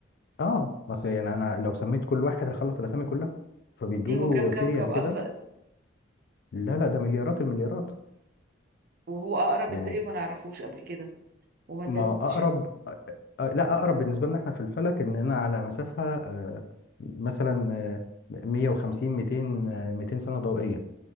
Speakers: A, on the left; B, on the right.
A: اه بس يعني انا لو سميت كل واحد هخلص الاسامي كلها فبيدوا
B: ليه
A: له
B: هو كام كوكب
A: سيريال كده
B: أصلا
A: لا لا ده مليارات المليارات
B: وهو أقرب
A: يعني
B: ازاي وما نعرفوش قبل كده وما ادالهوش
A: ما هو اقرب
B: اسم
A: آه، آه، لا اقرب بالنسبة لنا احنا في الفلك اننا على مسافة آه، مثلا آه، 150 200 آه، 200 سنة ضوئية